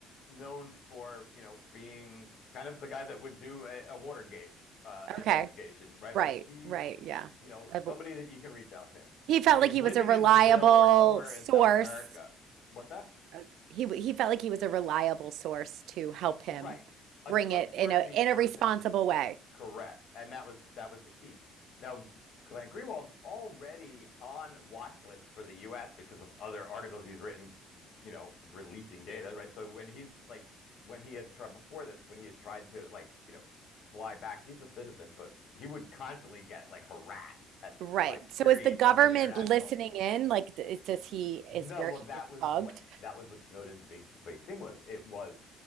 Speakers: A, on the left; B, on the right.
A: known for you know being kind of the guy that would do a, a Watergate uh, investigation,
B: Okay.
A: right?
B: Right,
A: Like he's
B: right. Yeah.
A: you know
B: Uh,
A: somebody that you can reach out to,
B: He felt
A: and he's
B: like he
A: living
B: was a reliable
A: in Brazil or somewhere
B: source
A: in South America. What's that?
B: uh, he w- he felt like he was a reliable source to help him
A: Right. A
B: bring
A: trustworthy
B: it in a in
A: person,
B: a responsible way.
A: correct. And that was that was the key. Now, Glenn Greenwald's already on watch lists for the US because of other articles he's written, you know, releasing data, right? So when he's like when he had tried before this, when he had tried to like, you know, fly back, he's a citizen, but he would constantly get like harassed at
B: Right.
A: by security
B: So is the
A: from
B: government
A: an international.
B: listening in? Like, th- does he
A: No,
B: is where
A: well,
B: he
A: that
B: is
A: was
B: bugged?
A: what that was what Snowden's big big thing was. It was